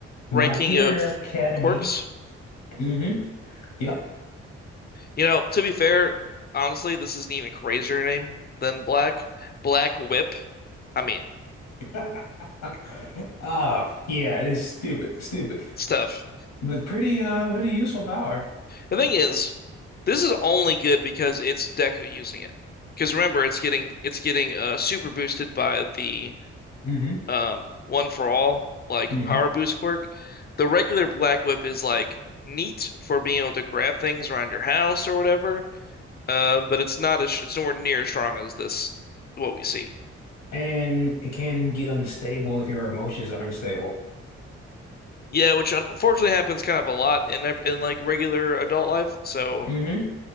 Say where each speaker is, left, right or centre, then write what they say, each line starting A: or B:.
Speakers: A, on the left; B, on the left.
A: ranking
B: My Hero
A: of
B: Academy.
A: quirks.
B: hmm Yep.
A: You know, to be fair, honestly, this is an even crazier name than Black. Black Whip. I mean,
B: <laughs> Ah, yeah, it's stupid, stupid,
A: it's tough.
B: but pretty, uh, pretty useful power.
A: The thing is, this is only good because it's Deku using it. Because remember, it's getting it's getting uh super boosted by the
B: hmm
A: um, one for all, like
B: hmm
A: power boost quirk. The regular Black Whip is like neat for being able to grab things around your house or whatever, uh, but it's not as it's nowhere near as strong as this what we see.
B: And it can get unstable if your emotions are unstable.
A: Yeah, which unfortunately happens kind of a lot in ev- in like regular adult life. So
B: hmm